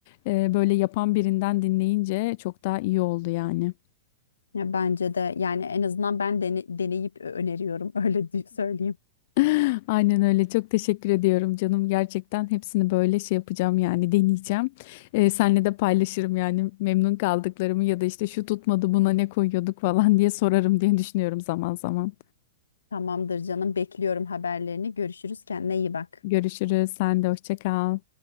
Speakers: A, on the left; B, on the left.
A: E, böyle yapan birinden dinleyince çok daha iyi oldu yani.
B: Ya bence de yani en azından ben dene- deneyip öneriyorum <laughs> öyle dü- söyleyeyim.
A: <laughs> Aynen öyle çok teşekkür ediyorum canım gerçekten hepsini böyle şey yapacağım yani deneyeceğim. E, senle de paylaşırım yani memnun kaldıklarımı ya da işte şu tutmadı buna ne koyuyorduk falan diye sorarım diye düşünüyorum zaman zaman.
B: Tamamdır canım. Bekliyorum haberlerini. Görüşürüz. Kendine iyi bak.
A: Görüşürüz sen de hoşça kal.